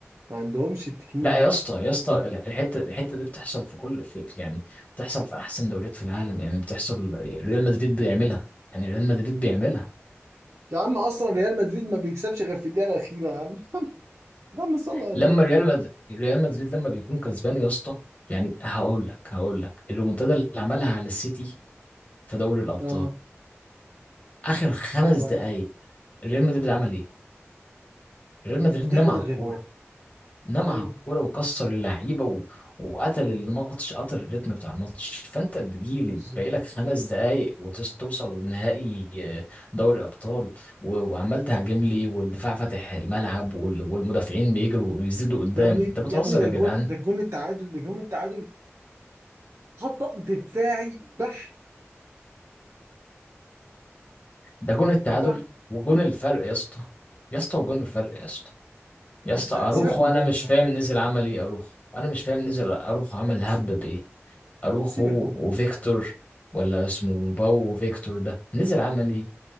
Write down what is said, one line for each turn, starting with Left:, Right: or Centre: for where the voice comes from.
Right: ما عندهمش التكنيك
Left: لا
Right: ده
Left: يا اسطى يا اسطى
Right: ب...
Left: ال- الحته الحته دي بتحصل في كل في في- يعني بتحصل في احسن دوريات في العالم يعني بتحصل ريال مدريد بيعملها يعني ريال مدريد بيعملها
Right: يا عم اصلا ريال مدريد ما بيكسبش غير في الدقيقة الأخيرة يا عم <laughs> يا عم صلى على
Left: لما
Right: النبي
Left: ريال مد... ريال مدريد لما بيكون كسبان يا اسطى يعني هقول لك هقول لك الريمونتادا اللي عملها على السيتي في دوري الابطال
Right: اه
Left: اخر خمس
Right: ايوه
Left: دقائق
Right: عارف
Left: ريال مدريد عمل ايه؟ ريال مدريد
Right: دغدغ
Left: نام على الكوره
Right: الوضع
Left: نام
Right: ايوه
Left: على الكوره وكسر اللعيبه و... وقتل الماتش قتل الريتم بتاع الماتش فانت تجيلي
Right: بالظبط
Left: باقي لك خمس دقايق وتوصل لنهائي آه، دوري الابطال و... وعمال تهاجم لي والدفاع فاتح الملعب وال... والمدافعين بيجروا ويزيدوا قدام
Right: يا ابني
Left: انت بتهزر
Right: يا ابني ده
Left: يا
Right: الجون
Left: جدعان
Right: ده الجون التعادل ده جون التعادل خط دفاعي بح
Left: ده جون التعادل
Right: بح
Left: وجون الفرق يا اسطى يا اسطى وجون الفرق يا اسطى يا اسطى
Right: لا
Left: اروخو
Right: سيبك من
Left: انا
Right: جون
Left: مش
Right: الفرق
Left: فاهم نزل عمل ايه اروخو انا مش فاهم نزل اروخو عمل هب
Right: سي-
Left: بايه اروخو
Right: سيبك من جون
Left: وفيكتور ولا اسمه باو وفيكتور ده نزل عملي